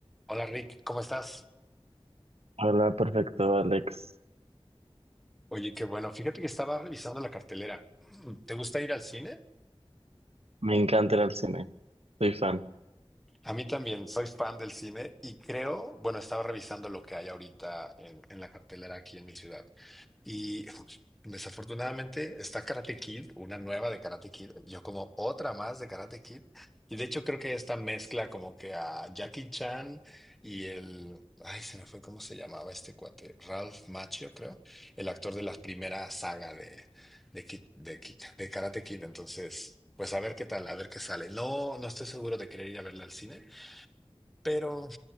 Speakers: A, in the centre; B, on the right.
A: Hola Rick, ¿cómo estás?
B: Hola, perfecto, Alex.
A: Oye, qué bueno. Fíjate que estaba revisando la cartelera. <clears throat> ¿Te gusta ir al cine?
B: Me encanta ir al cine. Soy fan.
A: A mí también, soy fan del cine y creo, bueno, estaba revisando lo que hay ahorita en, en la cartelera aquí en mi ciudad. Y desafortunadamente está Karate Kid, una nueva de Karate Kid, yo como otra más de Karate Kid. Y de hecho creo que esta mezcla como que a Jackie Chan y el... Ay, se me fue cómo se llamaba este cuate. Ralph Macchio, creo. El actor de la primera saga de, de, Kid- de, Kid- de Karate Kid. Entonces, pues a ver qué tal, a ver qué sale. No, no estoy seguro de querer ir a verla al cine, pero